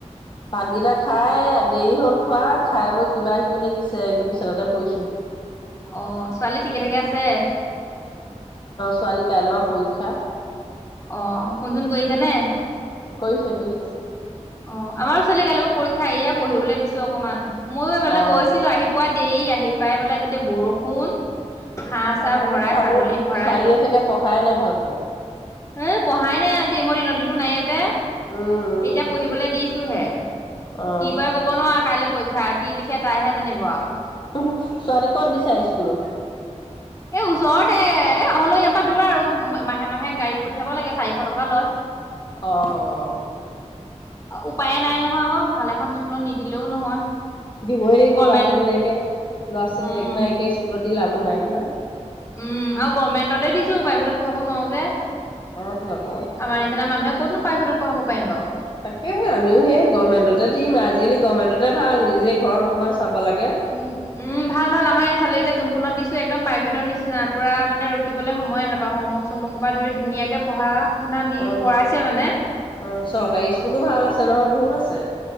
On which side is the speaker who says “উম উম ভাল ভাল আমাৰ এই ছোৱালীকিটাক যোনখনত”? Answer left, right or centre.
Left